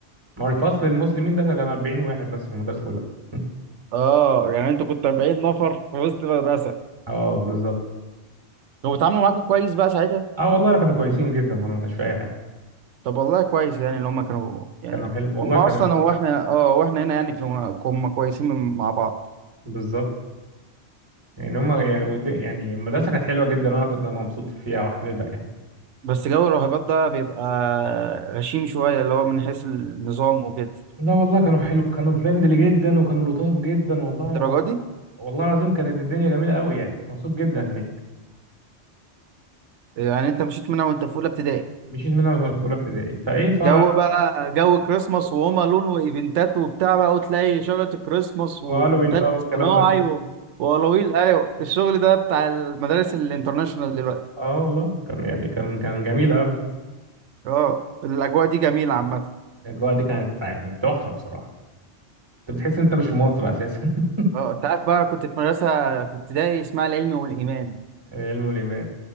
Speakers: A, on the right; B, on the right.
A: ما هو الفصل المسلمين ده كان 40 واحد بس في المدرسة كلها <laughs>
B: اه يعني انت كنت 40 نفر في وسط المدرسة
A: اه بالظبط
B: كانوا بيتعاملوا معاكم كويس بقى ساعتها
A: اه والله كانوا كويسين جدا والله ما كانش في اي حاجة
B: طب والله كويس يعني اللي هم كانوا يعني
A: كانوا حلو والله
B: هم اصلا
A: كانوا
B: هو احنا اه واحنا هنا يعني كنا كنا كويسين من- مع بعض
A: بالظبط يعني هما يعني ود- يعني المدرسة كانت حلوة جدا وانا كنت مبسوط فيها وحاببها يعني
B: بس جو الراهبات ده بيبقى غشيم شوية اللي هو من حيث النظام وكده
A: لا والله كانوا حلو كانوا فريندلي جدا وكانوا لطاف جدا والله
B: الدرجة
A: و...
B: دي
A: والله العظيم كانت الدنيا جميلة قوي يعني كنت مبسوط جدا هناك
B: يعني انت مشيت منها وانت في اولى ابتدائي
A: مشيت منها وأنا في أولى ابتدائي فإيه ف
B: جو بقى جو كريسماس وهوم الون وايفنتات وبتاع بقى وتلاقي شجره الكريسماس وتلج
A: وهالوين بقى والكلام
B: صناعي
A: ده كله
B: و- وألاويل ايوه الشغل ده بتاع المدارس الانترناشونال دلوقتي
A: اه والله كان يعني كان كان جميل قوي
B: اه الاجواء دي جميله عامه
A: الاجواء دي كانت يعني تحفه بصراحه انت بتحس ان انت مش في مصر اساسا <laughs>
B: اه انت عارف بقى كنت في مدرسه في ابتدائي اسمها العلم والايمان
A: العلم والايمان